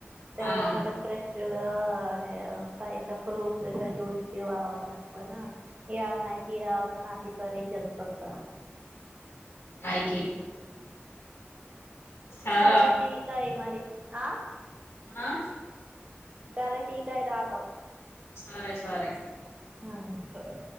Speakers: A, on the right; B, on the left.
A: तेवढं
B: हा
A: मला फ्रेश. हे काही तर फ्रूट्स ज्यूस पिवा्हावा क नाही पण. पि नाही पि याक. अपारी जत का.
B: काय की. हा
A: ले ठीक आहेई मारी. आं.
B: आा.
A: तरर ठीक आहे रात.
B: सरे सर.
A: हा सर.